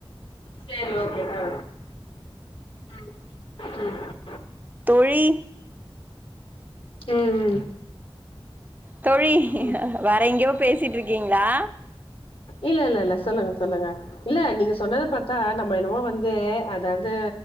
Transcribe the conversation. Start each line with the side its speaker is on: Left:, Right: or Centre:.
Left: சேரி ஓகே ஆ ம் ம்
Right: தோழி
Left: ம் ம்
Right: தோழி
Left: ம்
Right: வேற எங்யோ பேசிட்டு இருக்கீங்ளா
Left: இல்லல்ல இல்ல சொல்லுங்க சொல்லுங்க இல்ல நீங்க சொன்னத பா த்தா நம்ம என்னமோ வந்து அதாவது